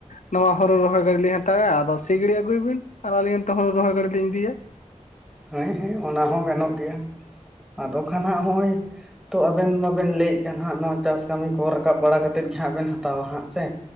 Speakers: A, on the left (about 80°); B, in the centre.
A: ᱱᱚᱣᱟ ᱦᱩᱨᱩ ᱨᱚᱦᱚᱭ ᱜᱟᱹᱰᱤ ᱞᱤᱧ ᱦᱟᱛᱟᱭᱟ ᱟᱫᱚ ᱥᱤ ᱜᱤᱲᱤ ᱟᱹᱜᱩᱭ ᱵᱤᱱ ᱟᱨ ᱟᱹᱞᱤᱧ ᱚᱱᱛᱮ ᱦᱩᱨᱩ ᱨᱚᱦᱚᱭ ᱜᱟᱹᱰᱤ ᱞᱤᱧ ᱤᱫᱤᱭᱟ᱾
B: ᱦᱮᱸ ᱦᱮᱸ ᱚᱱᱟ ᱦᱚᱸ ᱜᱟᱱᱚᱜ ᱜᱮᱭᱟ ᱟᱫᱚ ᱠᱷᱟᱱ ᱦᱟᱸᱜ ᱦᱚᱜ-ᱚᱭ ᱛᱚ ᱟᱵᱮᱱ ᱢᱟᱵᱮᱱ ᱞᱟᱹᱭᱮᱫ ᱠᱟᱱ ᱦᱟᱸᱜ ᱱᱚᱣᱟ ᱪᱟᱥ ᱠᱟᱢᱤ ᱠᱚ ᱨᱟᱠᱟᱵ ᱵᱟᱲᱟ ᱠᱟᱛᱮᱫ ᱜᱮ ᱦᱟᱸᱜ ᱵᱮᱱ ᱦᱟᱛᱟᱣᱟ ᱦᱟᱸᱜ ᱥᱮ